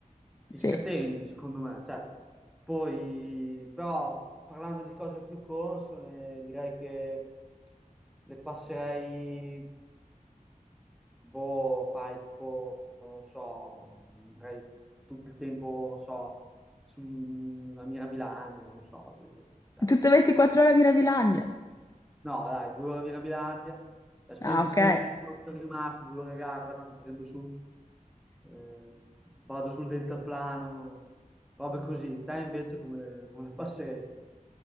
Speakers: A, in the centre; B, on the left.
A: ti
B: Sì.
A: scateni secondo me, cioè, poi però parlando di cose più consone direi che le passerei Boh, fai tipo, non so, andrei tutto il tempo, non so, sulla Mirabilandia, non so, dove- cioè,
B: Tutte 24 ore a Mirabilandia.
A: no, dai, due ore a Mirabilandia, cioè, spen-
B: Ah, ok.
A: spendo, tutto quello che è rimasto, due ore a Gardaland, prendo su, eh, vado sul deltaplano, robe così. Te invece come, come la passeresti?